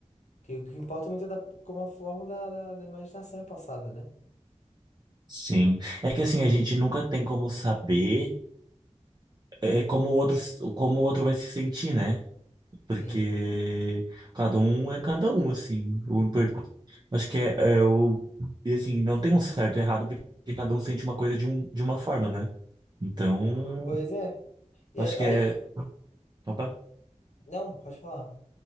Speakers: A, on the left; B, on the right.
A: Que o que importa muito é da, como a forma da, da, da imaginação é passada, né?
B: sim. É que assim, a gente nunca tem como saber é, como o outro, como o outro vai se sentir, né?
A: Sim.
B: porque cada um é cada um, assim. O importante, acho que é, é o e assim, não tem um certo e errado, porque cada um sente uma coisa de um, de uma forma, né? Então,
A: Pois é. E
B: eu
A: aí,
B: acho que
A: aí-
B: é, opa.
A: não, pode falar.